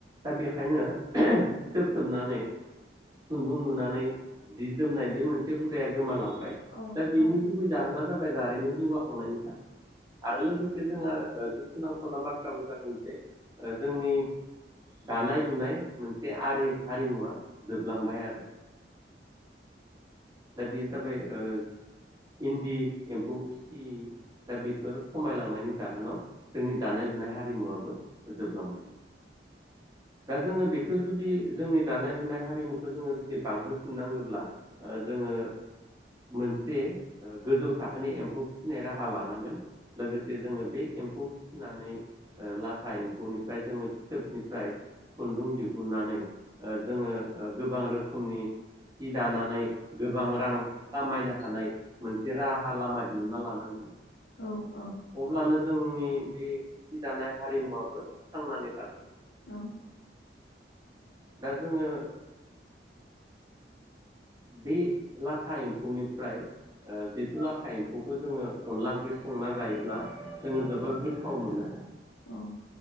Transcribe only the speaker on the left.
औ
औ
औ
औ
औ